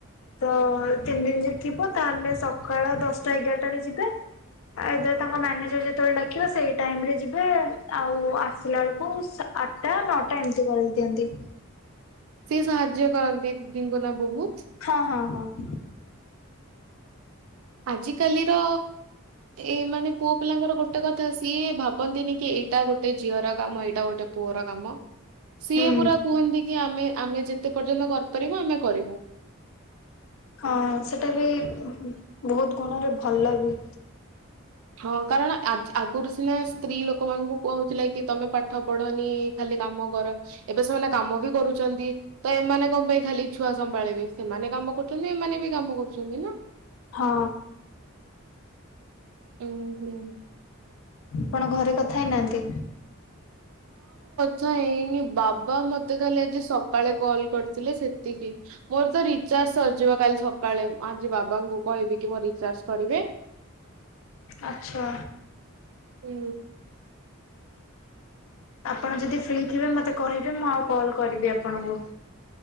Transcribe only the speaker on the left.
ତ ତିନି ଦିନ ଯ ଥିବ ତାହେଲେ ସକାଳ ଦଶଟା ଏଗାରଟାରେ ଯିବେ ଆଉ ଏବେ ତାଙ୍କ ମ୍ୟାନେଜର ଯେତେବେଳେ ଡାକିବ ସେଇ ଟାଇମ ରେ ଜି <unintelligible> ଆଉ ଆସିଲା ବେଳକୁ ଆଠଟା ନଅଟା ଏମିତି କରିଦିଅନ୍ତି।
ହଁ ହଁ ହଁ।
ହୁଁ
ହଁ ସେଟା ବି ବହୁତ ଗୁଣରେ ଭଲ ବି।
ହଁ।
ଆପଣ ଘରେ କଥା ହେଇନାହାନ୍ତି?
ଆଛା।
ଆପଣ ଯଦି ଫ୍ରି ଥିବେ ମତେ କହିବେ। ମୁଁ ଆଉ କଲ୍ କରିବି ଆପଣଙ୍କୁ।